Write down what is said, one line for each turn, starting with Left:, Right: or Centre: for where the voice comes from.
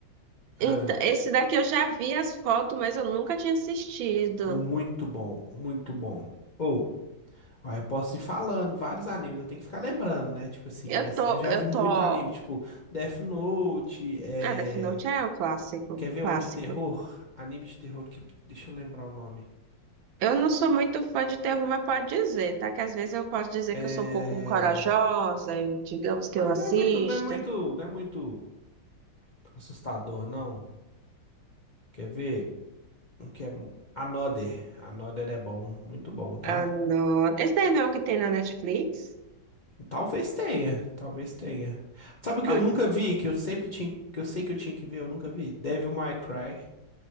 Left: Ah,
Right: Então, esse daqui eu já vi as fotos, mas eu nunca tinha assistido.
Left: muito bom, muito bom. Ou, ó, eu posso ir falando vários animes, eu tenho que ficar lembrando, né? Tipo assim,
Right: Eu
Left: mas
Right: tô,
Left: eu já
Right: eu
Left: vi muito
Right: tô.
Left: anime, tipo Death Note, é.
Right: Ah, Death Note é um clássico,
Left: Quer ver
Right: clássico.
Left: um de terror? Anime de terror que. Deixa eu lembrar o nome.
Right: Eu não sou muito fã de terror, mas pode dizer, tá? Que às vezes eu posso dizer
Left: É.
Right: que eu sou um pouco corajosa, digamos que
Left: Ah,
Right: eu assista.
Left: não é muito, não é muito, não é muito assustador, não. Quer ver? Um que é. mu- Another. Another é bom, muito bom, tá?
Right: Ah, não. Esse daí não é o que tem na Netflix?
Left: Talvez tenha, talvez tenha. Sabe o que
Right: Ó,
Left: eu nunca vi, que eu sempre tinha, que eu sei que eu tinha que ver, eu nunca vi? Devil May Cry.